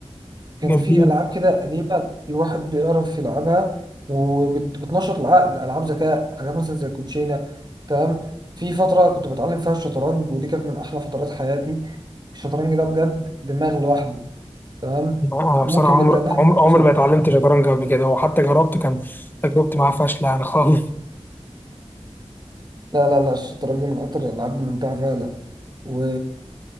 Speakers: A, on the right; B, on the left.
A: كان
B: جميل
A: في العاب كده قديمه الواحد بيعرف يلعبها وبتنشط العقل العاب ذكاء حاجات مثلا زي الكوتشينه تمام في فتره كنت بتعلم فيها الشطرنج ودي كانت من احلى فترات حياتي الشطرنج ده بجد دماغ لوحده تمام
B: آه، انا
A: ممكن
B: بصراحه عمر
A: نبدا ان احنا
B: عمر عمر
A: نعمل
B: ما اتعلمت شطرنج قبل كده وحتى جربت كان تجربتي معاه فاشله يعني خالص
A: لا لا لا الشطرنج من أكتر الألعاب الممتعة فعلا و